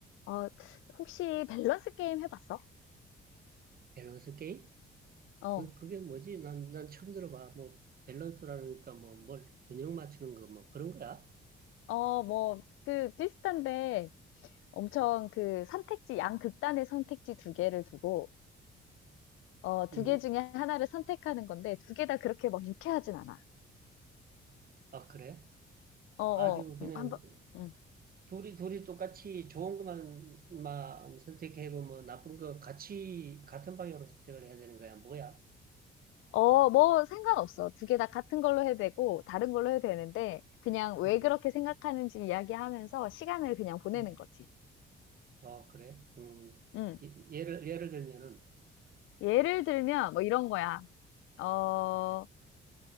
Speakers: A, on the left; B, on the right.
A: 어, 혹시 밸런스 게임 해봤어?
B: 밸런스 게임?
A: 어,
B: 그, 그게 뭐지? 난, 난 처음 들어봐. 뭐, 밸런스라니까 뭐, 뭘, 균형 맞추는 거, 뭐, 그런 거야?
A: 어, 뭐, 그, 비슷한데, 엄청 그 선택지, 양극단의 선택지 두 개를 두고, 어, 두
B: 음.
A: 개 중에 하나를 선택하는 건데, 두 개 다 그렇게 막 유쾌하진 않아.
B: 아, 그래?
A: 어, 어,
B: 아주 그냥,
A: 음, 한 번, 음.
B: 둘이, 둘이 똑같이 좋은 것만, 만 선택하고, 뭐, 나쁜 거 같이, 같은 방향으로 선택을 해야 되는 거야? 뭐야?
A: 어, 뭐, 상관없어. 두 개 다 같은 걸로 해도 되고, 다른 걸로 해도 되는데, 그냥 왜
B: 음.
A: 그렇게 생각하는지 이야기하면서 시간을 그냥 보내는
B: 음.
A: 거지.
B: 아, 그래? 음.
A: 음.
B: 예- 예를, 예를 들면은,
A: 예를 들면, 뭐 이런 거야. 어,